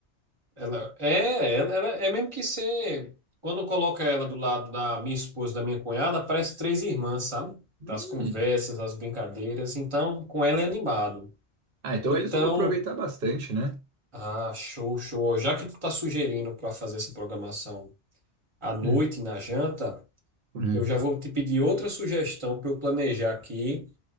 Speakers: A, on the right; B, on the right.
A: ela é, ela, ela- é mesmo que ser, quando coloca ela do lado da minha esposa, e da minha cunhada, parece três irmãs, sabe?
B: Hum.
A: Das conversas, das brincadeiras, então, com ela é animado.
B: Ah, então
A: Então,
B: eles vão aproveitar bastante, né?
A: ah, show, show. Já que tu tá sugerindo para fazer essa programação à noite
B: Hum.
A: na janta,
B: Hum.
A: eu já vou te pedir outra sugestão para eu planejar aqui